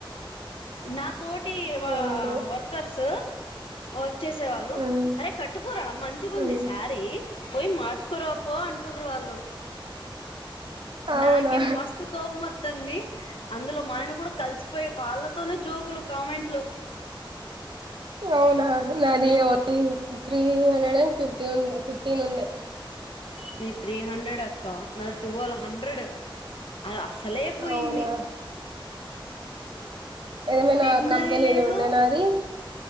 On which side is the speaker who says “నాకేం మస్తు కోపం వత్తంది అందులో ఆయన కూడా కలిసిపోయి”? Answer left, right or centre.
Left